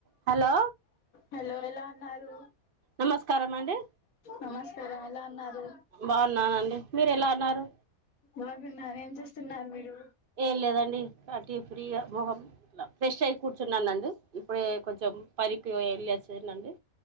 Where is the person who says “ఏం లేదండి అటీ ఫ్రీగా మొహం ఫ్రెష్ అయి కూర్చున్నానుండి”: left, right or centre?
Right